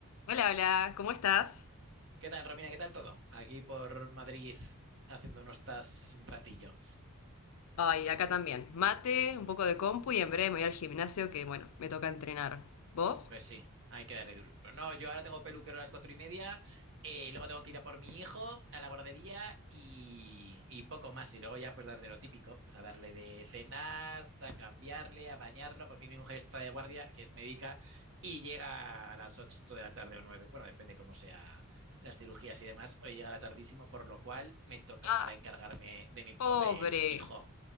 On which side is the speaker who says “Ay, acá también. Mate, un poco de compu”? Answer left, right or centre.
Left